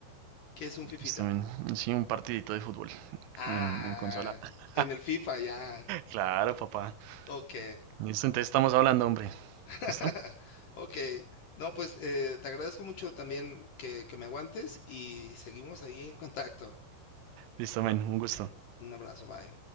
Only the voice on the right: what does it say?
Listo, men. Sí, un partidito de fútbol
en, en consola. <laughs>
Claro, papá.
Listo, entonces estamos hablando, hombre.
¿Listo?
Listo, men. Un gusto.